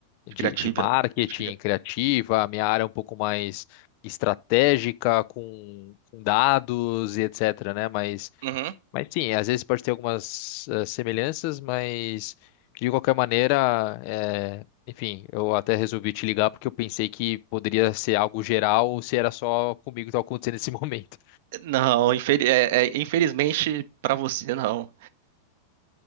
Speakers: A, on the left (about 45°); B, on the right (about 50°).
A: de,
B: De Criativa.
A: de marketing
B: de cria-
A: criativa, a minha área é um pouco mais estratégica com, com dados e etc, né? Mas
B: Uhum.
A: Mas sim, às vezes pode ter algumas eh, semelhanças, mas de qualquer maneira, eh, enfim, eu até resolvi te ligar porque eu pensei que poderia ser algo geral ou se era só comigo que estava acontecendo nesse <laughs> momento.
B: Não, infeli- é- é, infelizmente para você não.